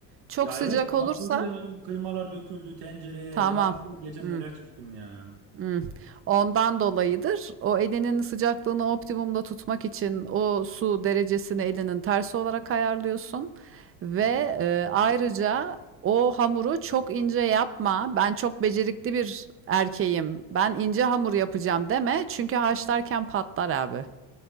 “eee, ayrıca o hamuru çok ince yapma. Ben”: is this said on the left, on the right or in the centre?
Right